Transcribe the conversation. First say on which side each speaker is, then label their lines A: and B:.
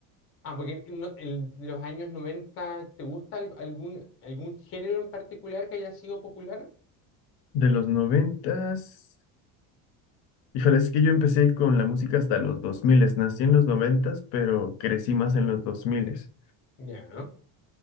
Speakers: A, on the left (about 30°); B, on the left (about 70°).
A: Ah, porque no- el- de los años noventa ¿te gusta al- algún, algún género en particular que haya sido popular?
B: De los noventas, híjole, es que yo empecé con la música hasta los dos miles, nací en los noventas, pero crecí más en los dos miles.
A: Ya.